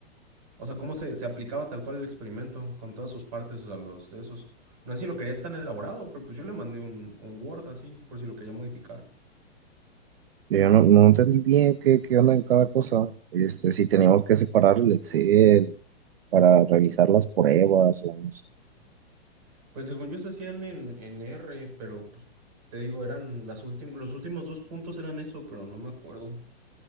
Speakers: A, on the right (about 35°); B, on the right (about 60°).
A: o sea, cómo se, se aplicaba tal cual el experimento con todas sus partes, o sea, los de esos. No sé si lo quería tan elaborado, pero pues yo le mandé un, un Word así, por si lo quería modificar.
B: yo no, no entendí bien qué, qué onda en cada cosa. Este, si teníamos que separar el Excel para realizar las pruebas o no sé.
A: Pues según yo se hacían en, en R, pero pues te digo, eran las últimas, los últimos dos puntos eran eso, pero no me acuerdo.